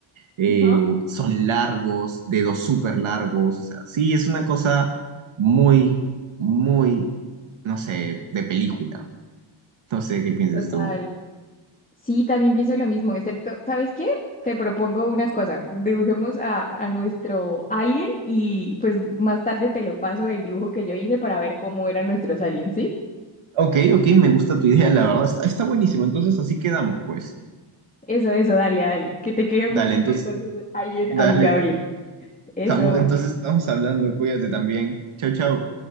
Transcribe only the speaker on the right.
eh,
son largos, dedos súper largos, o sea, sí, es una cosa muy, muy, no sé, de película. No sé qué piensas
tú.
Ok, ok, me gusta tu idea, la verdad, está, está buenísimo, entonces así quedamos, pues.
Dale,
entonces,
dale,
estamos, entonces estamos hablando, cuídate también. Chau, chau.